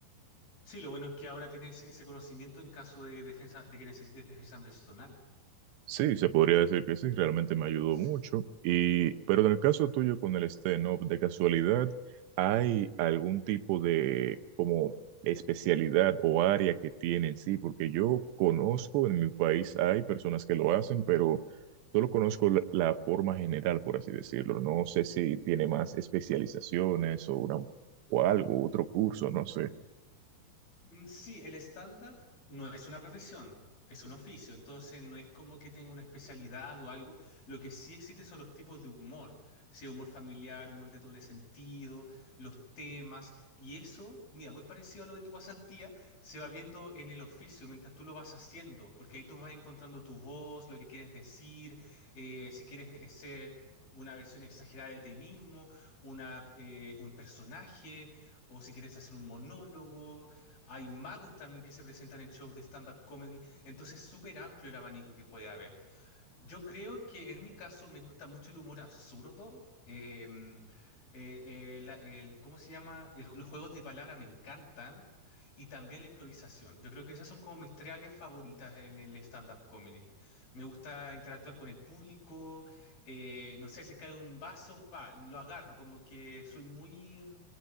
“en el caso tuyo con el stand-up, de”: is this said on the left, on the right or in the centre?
Right